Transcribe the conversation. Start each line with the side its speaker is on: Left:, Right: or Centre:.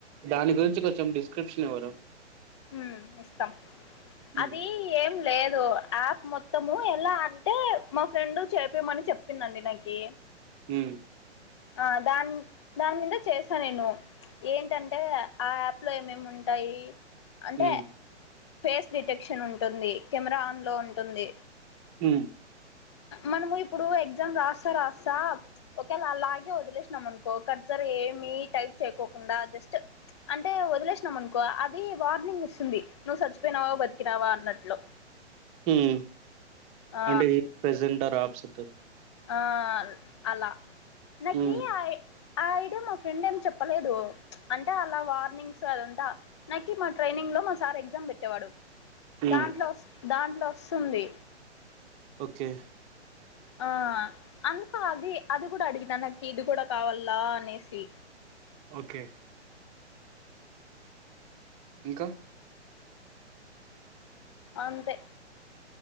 Right: దాని గురించి కొంచెం డిస్క్రిప్షన్ ఇవ్వరా
Left: హ్మ్ ఇస్తాం
Right: ఉమ్
Left: అది ఏం లేదు యాప్ మొత్తము ఎలా అంటే మా ఫ్రెండ్ చేపిమని చెప్పిందండి నాకి
Right: హ్మ్
Left: ఆ దాని దాని మీద చేసా నేను ఏంటంటే ఆ యాప్ లో ఏమేమి ఉంటాయి అంటే
Right: ఉమ్
Left: ఫేస్ డిటెక్షన్ ఉంటుంది కెమెరా ఆన్లో ఉంటుంది
Right: హ్మ్
Left: మనము ఇప్పుడు ఎగ్జామ్ రాస్తా రాస్తా ఒకేలా అలాగ వదిలేసినాం అనుకో కర్సర్ ఏమి టైప్ చేయకోకుండా జస్ట్ అంటే వదిలేసినాం అనుకో అది వార్నింగ్ ఇస్తుంది నువ్వు చచ్చిపోయినావా బతికి నావా అన్నట్లు
Right: హ్మ్
Left: ఆ
Right: అంటే ఈ ప్రెజెంట్ ఆర్ ఆప్సంట్
Left: ఆ అలా నా
Right: ఉమ్
Left: కీ ఆ ఆ ఐడి మా ఫ్రెండ్ ఏం చెప్పలేదు అంటే అలా వార్నింగ్స్ అదంతా నాకి మా ట్రైనింగ్ లో మా సార్ ఎగ్జామ్ పెట్టేవాడు
Right: ఉమ్
Left: దాంట్లో దాంట్లో వస్తుంది
Right: ఓకే
Left: ఆ అందుకు అది అది కూడా అడిగినకి ఇది కూడా కావాలా అనేసి
Right: ఓకే ఇంకా
Left: అంతే